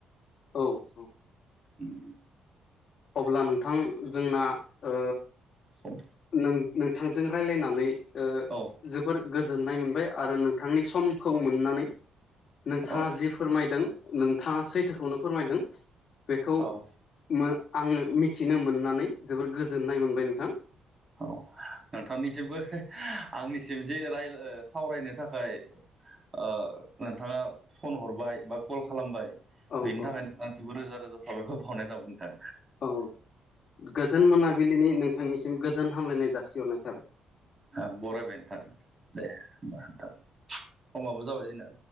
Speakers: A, on the left (about 55°); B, on the right (about 30°).
A: औ औ
B: उम
A: अब्ला नोंथां जोंना ओ
B: सम
A: नों नोंथांजों रायलायनानै ओ
B: औ
A: जोबोर गो- जोननाय मोनबाय आरो नोंथांनि समखौ मोननानै नोंथाङा
B: औ
A: जि फोरमायदों नोंथाङा सैथोखौनो फोरमायदों बेखौ
B: औ
A: मो आङो मिथिनो मोननानै जोबोर गोजोननाय मोनबाय नोंथां
B: औ नोंथांनिसिमबो आंनि सिम जि राय ओ सावरायनो थाखाय ओ नोंथाङा फन हरबाय बा कल बेनि
A: औ औ
B: थाखाय नोंथांनिसिमबो रोजा रोजा साबायखर बावनाय थाबाय नोंथां
A: औ गोजोन मोनाबिलिनि नोंथांनिसिम गोजोन हामलायनाय जासिहरनाय थाबाय
B: ओं बरायबाय नोंथां दे होमबा नोंथां समाबो जाबाय जोंना